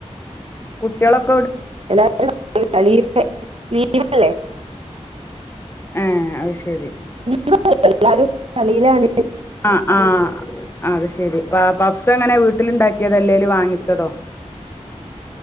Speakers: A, on the left (about 20°); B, on the right (about 55°).
A: കുട്ടിയേളൊക്
B: <unintelligible> <unintelligible> ലീവല്ലെ
A: ഏ അയ് ശെരി
B: <unintelligible> എല്ലാരും കളിലാണ്
A: ആ ആ അത് ശരി പാ പപ്സ് എങ്ങനെ വീട്ട്ൽ ഇണ്ടാക്കിയത് അല്ലെ വാങ്ങിച്ചതോ